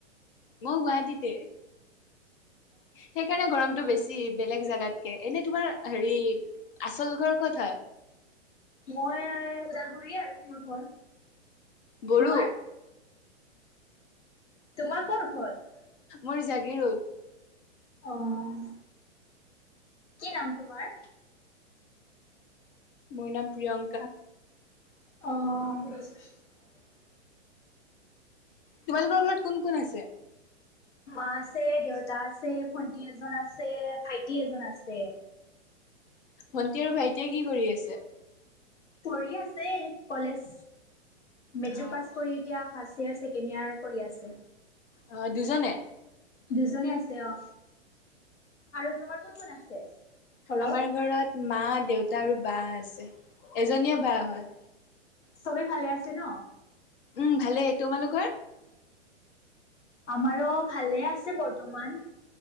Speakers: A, on the left; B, on the left.
A: মই গুৱাহাটীতে। সেইকাৰণে গৰমটো বেছি বেলেগ জোগাতকে, এনে তোমাৰ হেৰি আচল ঘৰ ক'ত হয়?
B: মই ওদাগুৰি আৰু মোৰ ঘৰ।
A: বড়ো।
B: তোমাৰ তোমাৰ ঘৰত ক'ত।
A: মোৰ জাগিৰোড।
B: অ', কি নাম তোমাৰ?
A: মোৰ নাম প্ৰিয়ংকা?
B: অ',।
A: তোমালোকৰ ঘৰত কোন কোন আছে?
B: মা, আছে, দেউতা আছে, ভন্টি এজনী আছে, ভাইটি এজন আছে। উ।
A: ভন্টি আৰু ভাইটিয়ে কি কৰি আছে?
B: পঢ়ি আছে কলেজ মেট্ৰিক
A: অ'
B: পাছ কৰি এতিয়া ফাৰ্ষ্ট ইয়েৰ ছেকেণ্ড ইয়েৰ কৰি আছে।
A: আহ, দুজনে?
B: দুজনী আছে অ। আৰু তোমাৰ কত কোন আছে? ঘৰত?
A: আমাৰ ঘৰত মা দেউতা আৰু বা আছে এজনীয়ে বা হয়।
B: সবেই ভালে আছে ন?
A: উম, ভালেই। তোমালোকৰ?
B: আমাৰো ভালে আছে বৰ্তমান।